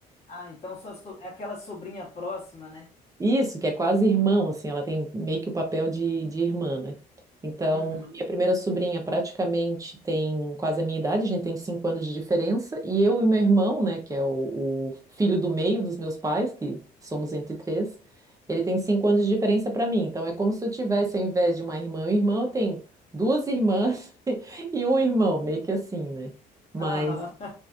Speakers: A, on the left; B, on the right.
A: Ah, então só so- é aquela sobrinha próxima, né?
B: Isso, que é quase irmão, assim, ela tem meio que o papel de, de irmã, né? Então,
A: Uhum.
B: a minha primeira sobrinha praticamente tem quase a minha idade, a gente tem cinco anos de diferença, e eu e meu irmão, né, que é o, o filho do meio dos meus pais, que somos entre três, ele tem cinco anos de diferença para mim. Então, é como se eu tivesse, ao invés de uma irmã e um irmão, eu tenho duas irmãs <laughs> e um irmão, meio que assim, né? Mas
A: Aham.